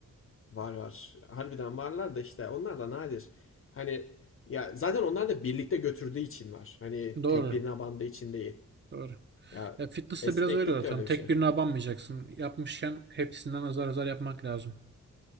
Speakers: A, on the left; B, on the right.
A: Var var. Harbiden varlar da işte onlar da nadir. Hani ya zaten onlar da birlikte götürdüğü için var. Hani
B: Doğru.
A: tek birine bandığı için değil.
B: Doğru.
A: Ya
B: Ya fitness
A: esneklik
B: de biraz öyle zaten.
A: de öyle
B: Tek
A: bir şey.
B: birine abanmayacaksın. Yapmışken hepsinden azar azar yapmak lazım.